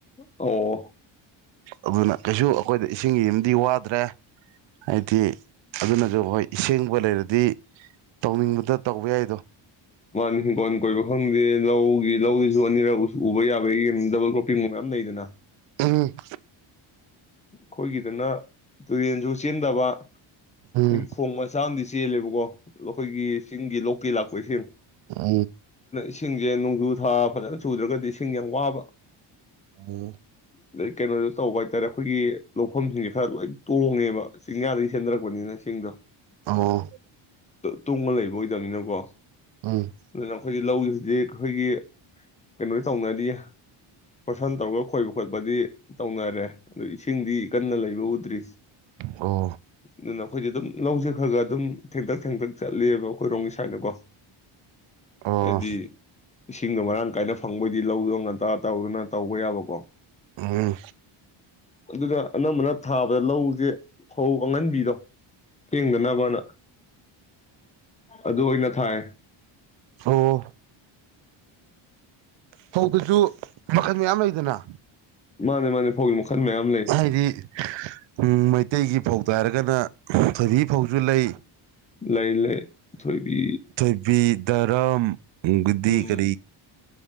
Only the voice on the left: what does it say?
ꯑꯣ
ꯃꯥꯅꯤ ꯍꯤꯡꯈꯣꯟꯜ ꯀꯣꯏꯕ ꯈꯪꯗꯦ ꯂꯧꯒꯤ ꯂꯧꯗꯨꯁꯨ ꯑꯅꯤꯔꯛ ꯎꯕ ꯌꯥꯕꯒꯤ ꯗꯕꯜ ꯀ꯭ꯔꯣꯞꯄꯤꯡꯒꯨꯝꯕ ꯃꯌꯥꯝ ꯂꯩꯗꯅ
ꯑꯩꯈꯣꯏꯒꯤꯗꯅ ꯇꯨꯔꯦꯟꯁꯨ ꯆꯦꯟꯗꯕ ꯑꯩꯣꯏ
ꯐꯣꯡꯃꯁꯥꯗꯤ ꯆꯦꯜꯂꯦꯕꯀꯣ ꯑꯩꯈꯣꯏꯒꯤ ꯆꯤꯡꯒꯤ ꯀ ꯂꯥꯛꯄꯣꯏ ꯁꯤ
ꯏꯁꯤꯡꯁꯦ ꯅꯣꯡꯖꯨ ꯊꯥ ꯐꯖꯅ ꯆꯨꯗ꯭ꯔꯒꯗꯤ ꯏꯁꯤꯡ ꯌꯥꯝ ꯋꯥꯕ
ꯑꯗꯩ ꯀꯩꯅꯣꯗꯣ ꯇꯧꯕ ꯍꯥꯏꯇꯥꯔꯦ ꯑꯩꯈꯣꯏꯒꯤ ꯂꯧꯐꯝꯁꯤꯡꯁꯦ ꯈꯔ ꯂꯣꯏ ꯇꯣꯡꯉꯦꯕ ꯆꯤꯡꯌꯥꯗꯒꯤ ꯆꯟꯅꯔꯛꯄꯅꯤꯅ ꯁꯤꯡꯗꯣ
ꯇꯣꯡꯕ ꯂꯩꯕ ꯑꯣꯏꯗꯕꯅꯤꯅꯀꯣ
ꯑꯗꯨꯅ ꯑꯩꯈꯣꯏꯗꯤ ꯂꯧꯒꯤ ꯍꯧꯖꯤꯛ ꯑꯩꯈꯣꯏꯒꯤ ꯀꯩꯅꯣ ꯇꯧꯅꯔꯤ ꯄꯣꯁꯟ ꯇꯧꯔꯒ ꯈꯣꯏꯕ ꯈꯣꯠꯄꯗꯤ ꯇꯧꯅꯔꯦ ꯑꯗ ꯏꯁꯤꯡꯗꯤ ꯀꯟꯅ ꯂꯩꯕ ꯎꯗ꯭ꯔꯤ
ꯑꯗꯨꯅ ꯑꯩꯈꯣꯏꯗꯤ ꯑꯗꯨꯝ ꯂꯧꯁꯦ ꯈꯔ ꯈ ꯑꯗꯨꯝ ꯊꯦꯡꯇꯛ ꯊꯦꯡꯇꯛ ꯆꯠꯂꯤꯦꯕ ꯑꯩꯈꯣꯏ ꯔꯣꯡꯒꯤ ꯁꯥꯏꯠꯅꯀꯣ
ꯍꯥꯏꯗꯤ ꯏꯁꯤꯡꯗ ꯃꯔꯥꯡ ꯀꯥꯏꯅ ꯐꯪꯕꯩꯗꯤ ꯂꯧꯗꯣ ꯉꯟꯇꯥ ꯇꯧꯗꯅ ꯇꯧꯕ ꯌꯥꯕꯀꯣ
ꯑꯗꯨꯅ ꯑꯅꯝꯕꯅ ꯊꯥꯕꯗ ꯂꯧꯁꯦ ꯐꯧ ꯑꯥꯡꯉꯟꯕꯤꯗꯣ ꯊꯦꯡꯗꯅꯕꯅ ꯑꯗꯨ ꯑꯣꯏꯅ ꯊꯥꯏ
ꯃꯥꯅꯦ ꯃꯥꯅꯦ ꯐꯧꯒꯤ ꯃꯈꯜ ꯃꯌꯥꯝ ꯂꯩ
ꯂꯩ ꯂꯩ ꯊꯣꯏꯕꯤ
ꯎꯝ